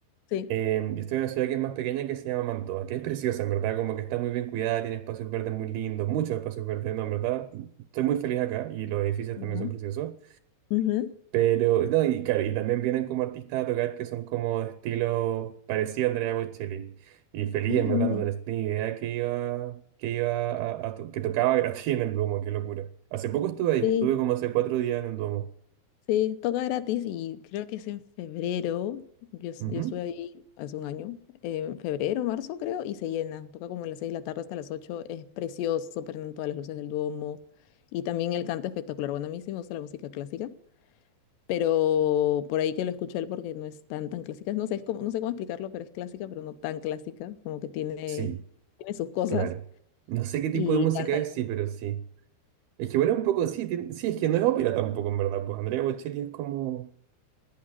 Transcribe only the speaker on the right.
Eh, y estoy en una ciudad que es más pequeña que se llama Mantova, que es preciosa, en verdad, como que está muy bien cuidada, tiene espacios verdes muy lindos, muchos espacios verdes, no, en verdad, estoy muy feliz acá y los edificios también
son preciosos.
Pero, no, y claro, y también vienen como artistas a tocar que son como de estilo parecido a Andrea Bocelli. Y feliz,
en
verdad, no tenía idea que iba, que iba a, a to- que tocaba <laughs> gratis en el Duomo, qué locura. Hace poco estuve ahí,
estuve como hace cuatro días en el Duomo.
Ujú.
Sí,
claro. No sé qué tipo
de música
es, sí, pero sí. Es que bueno, un poco, sí, tiene- sí, es que no es ópera tampoco, en verdad, pues Andrea Bocelli es como,